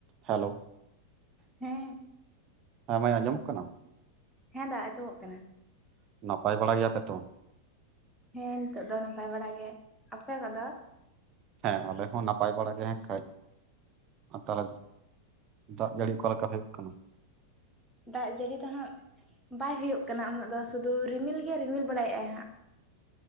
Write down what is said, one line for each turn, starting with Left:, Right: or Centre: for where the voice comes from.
Right: Hello
Centre: ᱦᱮᱸ᱾
Right: ᱦᱮᱸ ᱢᱟᱭ ᱟᱸᱡᱚᱢᱚᱜ ᱠᱟᱱᱟ?
Centre: ᱦᱮᱸ ᱫᱟ ᱟᱸᱡᱚᱢᱚᱜ ᱠᱟᱱᱟ᱾
Right: ᱱᱟᱯᱟᱭ ᱵᱟᱲᱟ ᱜᱮᱭᱟᱯᱮ ᱛᱚ?
Centre: ᱦᱮᱸ ᱱᱤᱛᱚᱜ ᱫᱚ ᱱᱟᱯᱟᱭ ᱵᱟᱲᱟ ᱜᱮ ᱾ ᱟᱯᱮ ᱠᱚᱫᱚ?
Right: ᱦᱮᱸ ᱟᱞᱮ ᱦᱚᱸ ᱱᱟᱯᱟᱭ ᱵᱟᱲᱟ ᱜᱮ ᱦᱮᱱ ᱠᱷᱟᱡ᱾ ᱟᱨ ᱛᱟᱦᱞᱮᱫ ᱫᱟᱜ ᱡᱟᱹᱲᱤ ᱚᱠᱟᱞᱮᱠᱟ ᱦᱩᱭᱩᱜ ᱠᱟᱱᱟ?
Centre: ᱫᱟᱜ ᱡᱟᱹᱲᱤ ᱫᱚ ᱦᱟᱸᱜ ᱵᱟᱭ ᱦᱩᱭᱩᱜ ᱠᱟᱱᱟ ᱩᱱᱟᱹᱜ ᱫᱚ ᱥᱩᱫᱩ ᱨᱤᱢᱤᱞ ᱜᱮᱭ ᱨᱤᱢᱤᱞ ᱵᱟᱲᱟᱭᱮᱜᱼᱟᱭ ᱦᱟᱸᱜ᱾